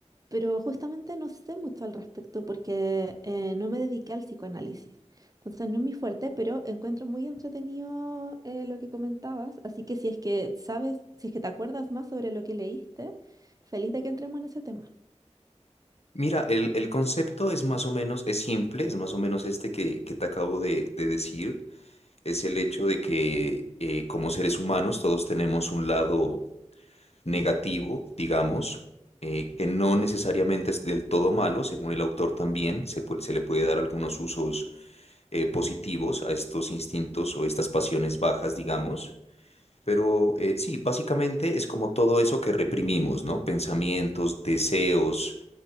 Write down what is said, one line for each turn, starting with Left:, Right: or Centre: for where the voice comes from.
Right: pero justamente no sé mucho al respecto porque eh, no me dediqué al psicoanálisis. Entonces, no es mi fuerte, pero encuentro muy entretenido eh, lo que comentabas. Así que si es que sabes, si es que te acuerdas más sobre lo que leíste, feliz de que entremos en ese tema.
Left: Mira, el, el concepto es más o menos, es simple, es más o menos este que, que te acabo de, de decir. Es el hecho de que eh, como seres humanos todos tenemos un lado negativo, digamos, eh, que no necesariamente es del todo malo, según el autor también, se, pu- se le puede dar algunos usos eh, positivos a estos instintos o estas pasiones bajas, digamos. Pero eh, sí, básicamente es como todo eso que reprimimos, ¿no? Pensamientos, deseos,